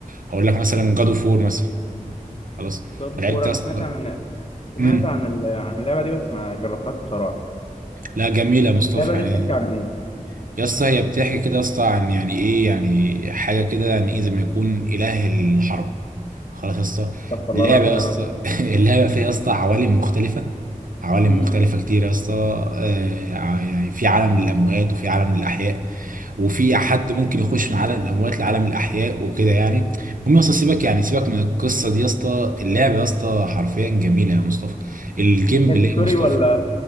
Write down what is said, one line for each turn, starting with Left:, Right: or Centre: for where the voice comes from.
Right: هقول لك مثلا جادو فور مثلا خلاص
Left: جاد
Right: انا لعبت
Left: فور أنا
Right: يا اسطى
Left: سمعت عن سمعت
Right: امم
Left: عن ال- عن اللعبة دي بس ما جربتهاش بصراحة
Right: لا جميله يا مصطفى
Left: اللعبة
Right: يعني
Left: دي بتحكي عن إيه؟
Right: يا اسطى هي بتحكي كده يا اسطى عن يعني ايه يعني حاجه كده يعني ايه زي ما يكون اله الحرب خلاص يا اسطى
Left: استغفر الله
Right: اللعبه
Left: العظيم
Right: يا
Left: يا
Right: اسطى
Left: رب
Right: <laughs> اللعبه فيها يا اسطى عوالم مختلفه عوالم
Left: امم
Right: مختلفة كتير يا اسطى آه، ع- يعني في عالم للأموات وفي عالم للأحياء وفي
Left: امم
Right: حد ممكن يخش من عالم الأموات لعالم الأحياء وكده يعني المهم يا اسطى سيبك يعني سيبك من القصة دي يا اسطى اللعبة يا اسطى حرفيا جميلة يا مصطفى الجيم
Left: دي كانت
Right: بلاي
Left: ستوري
Right: يا مصطفى
Left: ولا